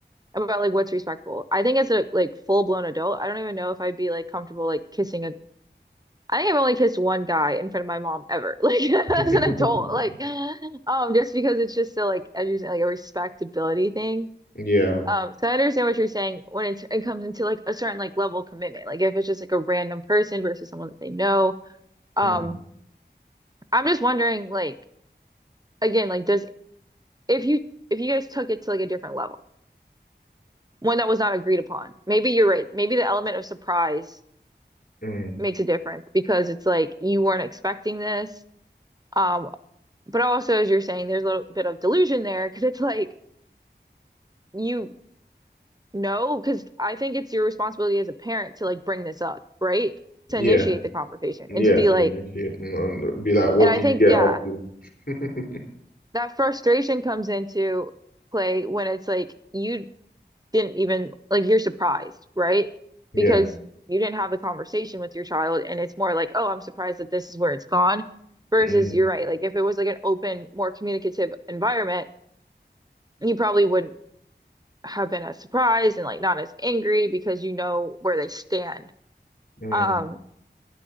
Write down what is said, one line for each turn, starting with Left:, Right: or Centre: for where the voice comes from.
Right: about like what's respectful. I think as a like full blown adult, I don't even know if I'd be like comfortable like kissing a I think I've only kissed one guy in front of my mom ever, <laughs> like as
Left: <laughs>
Right: an adult, like um just because it's just so like as you're saying, like a respectability thing.
Left: Yeah.
Right: Um, so I understand what you're saying when it, it comes into like a certain like level of commitment, like if it's just like a random person versus someone that they know. Um,
Left: Mm.
Right: I'm just wondering like again, like does if you if you guys took it to like a different level, one that was not agreed upon. Maybe you're right. Maybe the element of surprise
Left: Mm.
Right: makes a difference because it's like you weren't expecting this. Um, but also as you're saying, there's a little bit of delusion there because it's like you know, because I think it's your responsibility as a parent to like bring this up, right? To
Left: Yeah,
Right: initiate the conversation
Left: yeah,
Right: and to be like,
Left: finish it and, and be like, what
Right: and
Left: do
Right: I
Left: you
Right: think,
Left: get
Right: yeah,
Left: up to? <laughs>
Right: that frustration comes into play when it's like you didn't even like you're surprised, right?
Left: Yeah.
Right: Because you didn't have the conversation with your child, and it's more like, oh, I'm surprised that this is where it's gone. Versus,
Left: Mm,
Right: you're right. Like if it was like an open, more communicative environment, you probably wouldn't have been as surprised and like not as angry because you know where they stand.
Left: mm,
Right: Um,